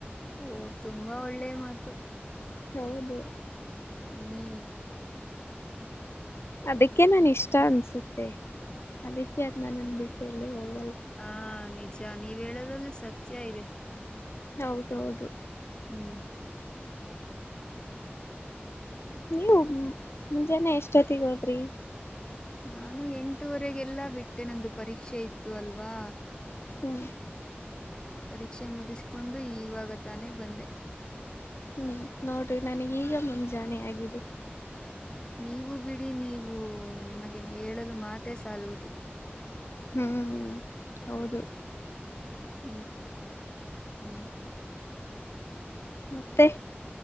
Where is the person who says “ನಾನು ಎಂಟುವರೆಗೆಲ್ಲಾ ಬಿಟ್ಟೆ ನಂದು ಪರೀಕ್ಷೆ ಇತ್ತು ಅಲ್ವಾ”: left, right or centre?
Left